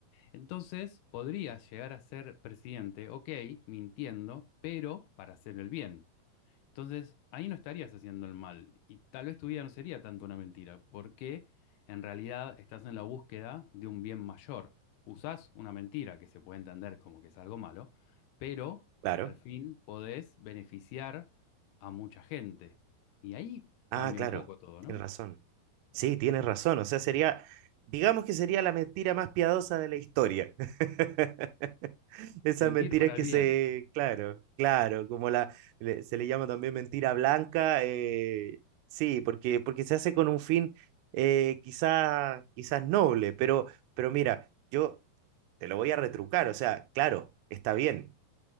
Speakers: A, on the left; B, on the right.
A: Entonces podrías llegar a ser presidente, ok, mintiendo, pero para hacer el bien. Entonces, ahí no estarías haciendo el mal y tal vez tu vida no sería tanto una mentira, porque en realidad estás en la búsqueda de un bien mayor. Usás una mentira que se puede entender como que es algo malo, pero
B: claro.
A: al fin podés beneficiar a mucha gente. Y ahí cambia
B: Ah, claro,
A: un poco todo,
B: tienes
A: ¿no?
B: razón. Sí, tienes razón. O sea, sería, digamos que sería la mentira más piadosa de la historia. <laughs> Esas
A: Mentir
B: mentiras
A: para
B: que
A: el
B: se,
A: bien,
B: claro, claro, como la, le- se le llama también mentira blanca. eh, sí, porque, porque se hace con un fin eh, quizá, quizás noble, pero, pero mira, yo te lo voy a retrucar. O sea, claro, está bien.